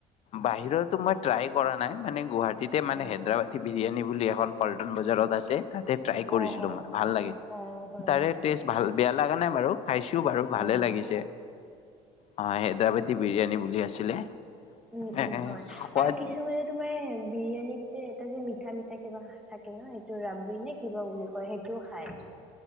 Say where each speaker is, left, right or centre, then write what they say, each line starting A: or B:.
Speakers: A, on the left (about 45°); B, in the centre.
A: বাহিৰতো মই ট্ৰাই কৰা নাই মানে গুৱাহাটীতে মানে
B: অ',
A: হায়দৰাবাদী বিৰিয়ানী বুলি এখন পল্টন বজাৰত আছে। তাতে ট্ৰাই কৰিছিলো
B: অ', অ',
A: মান ভাল লাগি
B: অ', হয়
A: তাৰে
B: নেকি?
A: টেষ্ট ভাল বেয়া লগা নাই বাৰু। খাইছো বাৰু ভালে
B: অ',
A: লাগিছে অ হেদৰাবাদী বিৰিয়ানী বুলি আছিলে।
B: উম-উম
A: এ এ
B: হয়
A: সোৱাদ
B: আৰু কিছুমানে তোমাৰ বিৰিয়ানীত যে এটা যে ম। মিঠা মিঠা কিবা থাকে ন সেইটো ৰাবি নে কিবা বুলি কয় সেইটোও খাই।